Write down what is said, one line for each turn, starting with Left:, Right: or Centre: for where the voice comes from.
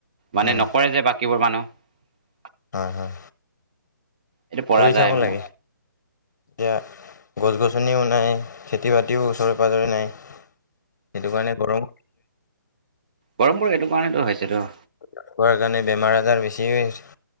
Right: মানে
Left: উম
Right: নকৰে যে বাকীবোৰ মানুহ
Left: হয় হয়
Right: এইটো পৰা
Left: কৰি
Right: যায়
Left: চাব
Right: মানে
Left: লাগে এতিয়া। গছ গছনিও নাই খেতি বাতিও ওচৰে পাজৰে নাই সেইটো কাৰণে গৰম।
Right: গৰম বোৰ এইটো কাৰণেটো হৈছেতো।
Left: খোৱাৰ কাৰণে বেমাৰ আজাৰ বেছিহে হৈছে।